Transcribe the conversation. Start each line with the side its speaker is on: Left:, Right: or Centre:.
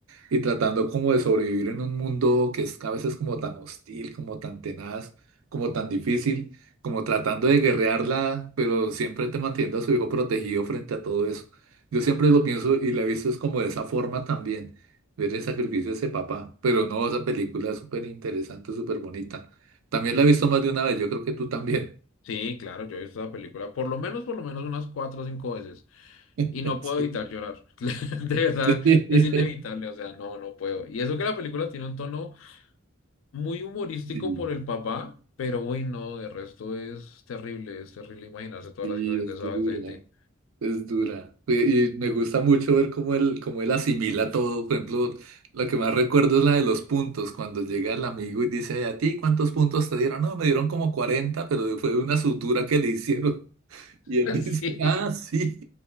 Right: y tratando como de sobrevivir en un mundo que es a veces como tan hostil, como tan tenaz, como tan difícil, como tratando de guerrearla, pero siempre te manteniendo a su hijo protegido frente a todo eso. Yo siempre lo pienso y la he visto es como de esa forma también, ver el sacrificio de ese papá, pero no, esa película es súper interesante, súper bonita. También la he visto más de una vez, yo creo que tú también.
Left: Sí, claro, yo he visto esa película por lo menos, por lo menos unas cuatro o cinco veces
Right: <laughs>
Left: y no puedo
Right: Sí,
Left: evitar llorar. <laughs> De verdad,
Right: <laughs>
Left: es inevitable, o sea, no, no puedo. Y eso que la película tiene un tono muy humorístico
Right: sí,
Left: por el papá, pero uy, no, de resto es terrible, es terrible imaginarse toda
Right: sí,
Left: la situación
Right: es
Left: de esa
Right: dura.
Left: esa gente.
Right: Es dura. Y, y me gusta mucho ver cómo él, cómo él asimila todo. Por ejemplo, lo que más recuerdo es la de los puntos, cuando llega el amigo y dice, ¿a ti cuántos puntos te dieron? No, me dieron como 40 pero fue de una sutura que le hicieron. <laughs> Y él
Left: <laughs>
Right: dice,
Left: Sí,
Right: ah, sí.